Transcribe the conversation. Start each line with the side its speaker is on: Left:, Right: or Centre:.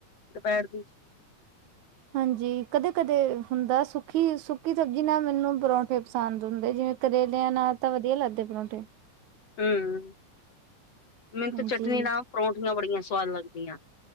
Left: ਦੁਪਹਿਰ ਦੀ
Right: ਹਾਂਜੀ। ਕਦੇ- ਕਦੇ ਹੁੰਦਾ ਸੁੱਕੀ- ਸੁੱਕੀ ਸਬਜ਼ੀ ਨਾ ਮੈਨੂੰ ਪਰੌਂਠੇ ਪਸੰਦ ਹੁੰਦੇ। ਜਿਵੇਂ ਕਰੇਲਿਆਂ ਨਾਲ ਤਾਂ ਵਧੀਆ ਲੱਗਦੇ ਪਰੌਂਠੇ।
Left: ਹੂ, ਮੈਨੂੰ
Right: ਹਾਂਜੀ,
Left: ਤਾਂ ਚਟਨੀ ਨਾਲ ਪਰੌਂਠੀਆਂ ਬੜੀਆਂ ਸਵਾਦ ਲੱਗਦੀਆਂ।